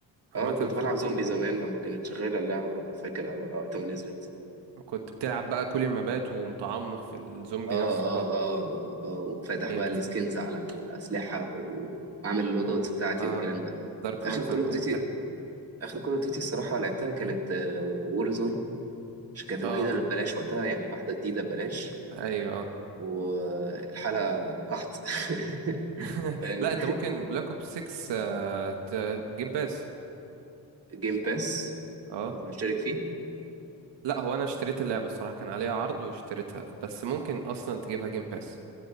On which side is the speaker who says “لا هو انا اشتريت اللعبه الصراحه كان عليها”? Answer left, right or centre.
Right